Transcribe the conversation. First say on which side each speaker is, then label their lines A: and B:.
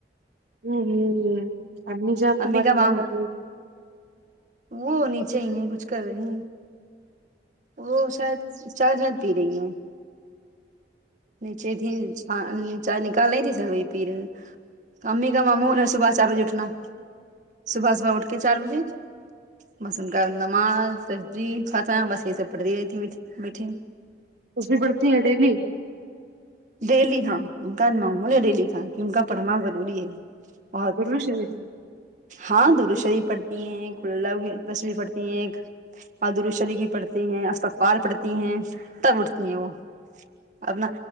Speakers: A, on the right (about 75°); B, on the right (about 45°).
A: ھم ھم امی جان تمہاری
B: امی کا کام
A: کیا کررہی
B: وہ نیچے ہی ہے کچھ کر رہے وہ شاید چائی شاید پی رہی ہیں نیچے ہی تھی ہ چائے نکال رہ تھی سب وہ پی رہ امی کا مامول صبح چار بجے اٹھنا صبح صبح اٹھ کے چار بجے بس ان کا نماز تسبیح خاتہ بس یہ سب پڑتی رہتی بیٹھے بیٹھے
A: تسبیح بڑھتی ہیں ڈیلی
B: ڈیلی ہاں ان کا معمول ہے ڈیلی کا کہ ان کا پڑھنا ضروری ہے بہت
A: درود شریف
B: ہاں درود شریف پڑھتی ہے کھلا تسبیح پڑھتی ہے ایک اور درود شریف پڑھتی ہیں استغفار پڑھتی ہیں تب اٹھتی ہے وہ اپنا